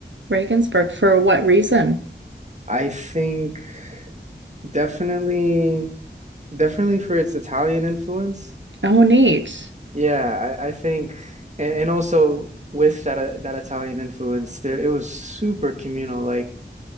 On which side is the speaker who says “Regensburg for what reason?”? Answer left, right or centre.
Right